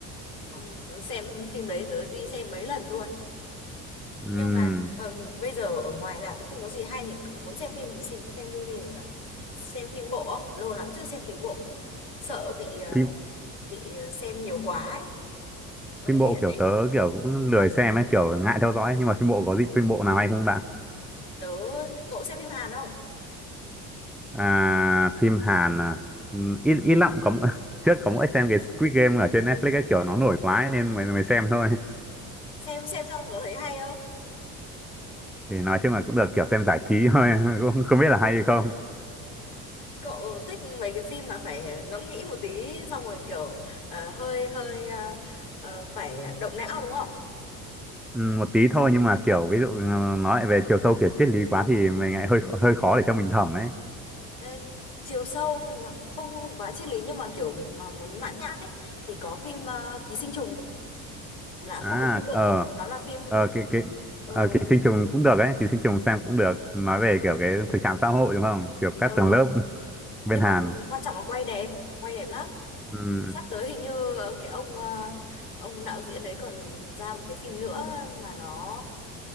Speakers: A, on the left; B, in the centre.
A: Ừm, xem phim đấy tớ đi xem mấy lần luôn
B: Ừm,
A: nhưng mà ừm, bây giờ ở ngoài rạp tớ không có gì hay thì muốn xem phim thì xem, xem phim gì nhỉ xem phim bộ không lâu lắm chưa xem phim bộ sợ bị ờ,
B: phim
A: bị ờ, xem nhiều quá ấy Ừ,
B: phim bộ
A: nghiện
B: kiểu
A: ấy
B: tớ kiểu cũng lười xem ấy kiểu ngại theo dõi ấy. nhưng mà phim bộ có gì phim bộ nào hay không bạn
A: tớ cậu xem phim Hàn không
B: à, phim Hàn à, ừm, ít ít lắm có mỗi- <laughs> trước có mỗi xem cái Squid Game ở trên Netflix ấy kiểu nó nổi quá ấy, nên mới mới xem thôi
A: xem xem xong có thấy hay không
B: thì nói chung là cũng được kiểu xem giải trí thôi <laughs> cũng không biết là hay hay không
A: Cậu thích mấy cái phim mà phải ngẫm nghĩ một tí xong rồi kiểu ờ, hơi hơi ờ, ờ, phải động não đúng không?
B: Ừm, một tí thôi nhưng mà kiểu ví dụ ừ, nói về chiều sâu kiểu triết lý quá thì mình lại hơi hơi khó để cho mình thẩm ấy
A: Ờ, chiều sâu nhưng mà không quá triết lý nhưng mà kiểu mà muốn mãn nhãn ấy thì có phim ờ, Ký sinh trùng là
B: à
A: không phải phim bộ,
B: ờ
A: đó là phim
B: ờ cái cái
A: ừ
B: Ờ, ký sinh trùng cũng được ấy, ký sinh trùng xem cũng được. Nói về kiểu cái thực trạng xã hội đúng không? Kiểu các
A: ừ
B: tầng lớp. bên
A: nhưng
B: Hàn
A: mà quan trọng là quay đẹp, quay đẹp lắm.
B: ừ,
A: Sắp tới hình như ờ, cái ông ờ, ông đạo diễn đấy còn ra một cái phim nữa mà nó